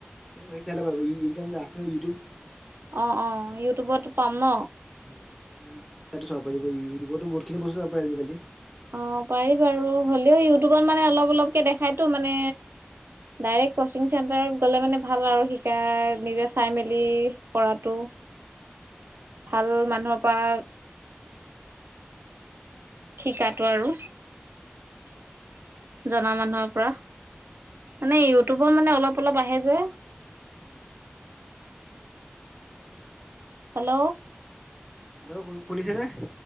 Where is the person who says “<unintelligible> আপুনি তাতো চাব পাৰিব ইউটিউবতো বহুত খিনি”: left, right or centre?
Centre